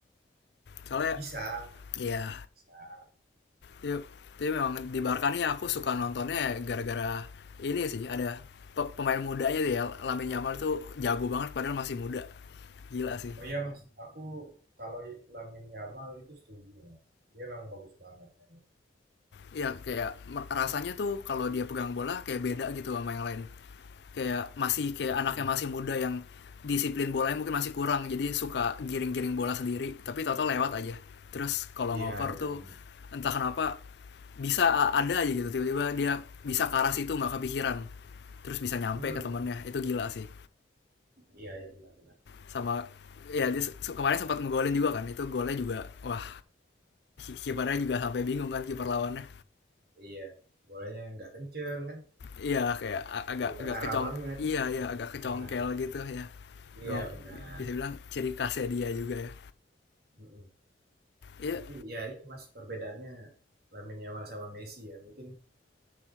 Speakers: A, on the left (about 60°); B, on the right (about 55°).
A: Soalnya
B: bisa.
A: ya
B: bisa.
A: ya tapi memang di Barca nih aku suka nontonnya ya gara-gara ini sih ada pe- pemain mudanya sih ya Lamine Yamal tuh jago banget padahal masih muda gila sih
B: Oh iya Mas, aku kalau Lamine Yamal itu setuju Mas. Dia memang bagus banget mainnya.
A: Iya kayak rasanya tuh kalau dia pegang bola kayak beda gitu sama yang lain kayak masih kayak anaknya
B: mm
A: masih muda yang disiplin bolanya mungkin masih kurang jadi suka giring-giring bola sendiri tapi toto lewat aja terus kalau
B: Iya,
A: ngoper
B: iya
A: tuh
B: benar.
A: entah kenapa bisa ada aja gitu tiba-tiba dia bisa ke arah situ nggak kepikiran terus bisa nyampe
B: Hmm,
A: ke temennya itu gila sih
B: iya iya benar.
A: sama ya dia kemarin sempat ngegolin juga kan itu golnya juga wah kipernya juga sampai bingung kan kiper lawannya
B: Iya, bolanya nggak kenceng kan,
A: iya kayak agak
B: jadi terarah
A: agak kecong
B: banget.
A: iya ya agak kecongkel
B: Nah,
A: gitu ya
B: iya
A: memang
B: benar,
A: bisa bilang ciri khasnya dia juga ya
B: mhm.
A: iya
B: Tapi ya itu Mas, perbedaannya Lamine Yamal sama Messi ya, mungkin